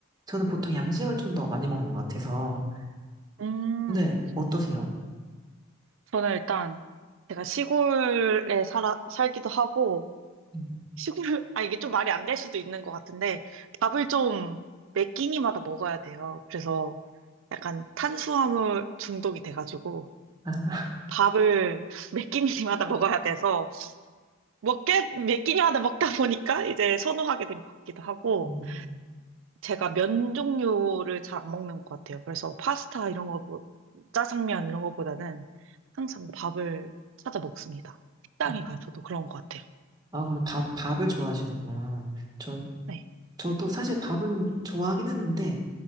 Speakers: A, on the right; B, on the right.
A: 저는 보통 양식을 좀 더 많이 먹는 것 같아서
B: 음,
A: 근데 어떠세요?
B: 저는 일단, 제가 시골에 살아, 살기도 하고,
A: 음.
B: 시골, <laughs> 아, 이게 좀 말이 안 될 수도 있는 것 같은데, 밥을 좀 매 끼니마다 먹어야 돼요. 그래서 약간 탄수화물 중독이 돼가지고,
A: 아,
B: 밥을 <laughs> 몇 끼니마다 먹어야 돼서 먹게 몇 끼니마다 먹다 보니까 이제 선호하게 된 것 같기도 하고
A: 음.
B: 제가 면 종류를 잘 안 먹는 것 같아요. 그래서 파스타 이런 거 뭐, 짜장면 이런 거보다는 항상 밥을 찾아 먹습니다. 식당에
A: 어,
B: 가서도 그런 것 같아요.
A: 아, 그럼 밥 밥을 좋아하시는구나. 저
B: 네.
A: 저도 사실 밥은 좋아하긴 했는데